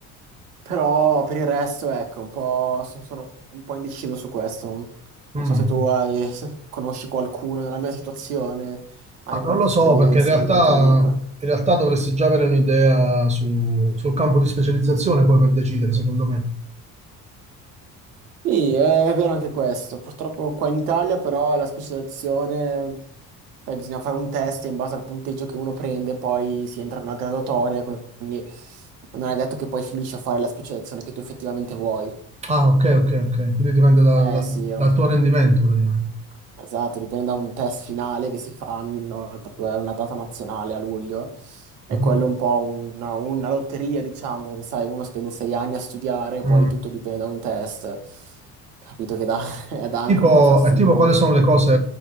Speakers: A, on the right; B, on the right.
A: Però per il resto, ecco, un po', so- sono un po' indeciso su questo. Non
B: Mm.
A: so se tu hai, <laughs> se conosci qualcuno nella mia situazione, hai
B: Ma non
A: qualche
B: lo so,
A: esperienza
B: perché in realtà,
A: di qualche amico.
B: in realtà dovresti già avere un'idea su- sul campo di specializzazione poi per decidere, secondo me.
A: Sì, è vero anche questo. Purtroppo qua in Italia però la specializzazione, eh, bisogna fare un test e in base al punteggio che uno prende, poi si entra in una graduatoria, quindi non è detto che poi finisci a fare la specializzazione che tu effettivamente vuoi.
B: Ah, ok, ok, ok. Quindi dipende dal,
A: Eh
B: dal-
A: sì,
B: dal tuo rendimento, praticamente.
A: Esatto, dipende da un test finale che si fa una volta- è una data nazionale a luglio e
B: Mhm.
A: quello è un po' una, una lotteria, diciamo, perché sai, uno spende sei anni a studiare,
B: Mm.
A: poi tutto dipende da un test. Capito che dà, <laughs> dà
B: Tipo,
A: anche un po' fastidio
B: e tipo,
A: come
B: quali
A: cosa.
B: sono le cose